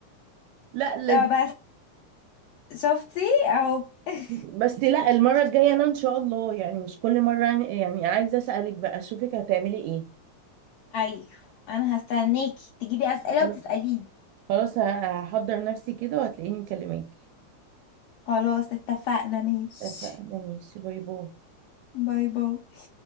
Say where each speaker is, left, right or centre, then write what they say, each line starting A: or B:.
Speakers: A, on the right (about 80°); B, on the left (about 75°).
A: لا لازم
B: طب بس شفتي اهو <laughs>
A: بس لا المرة الجاية انا ان شاء الله يعني مش كل مرة يعني يعني عايزة اسألك بقى اشوفك هتعملي
B: ايوه انا هستناكي تجيبي اسئلة
A: ايه
B: وتسأليني
A: خلاص ه- هحضر نفسي كده وهتلاقيني مكلماك
B: خلاص اتفقنا ماشي
A: اتفقنا ماشي باي باي
B: باي باي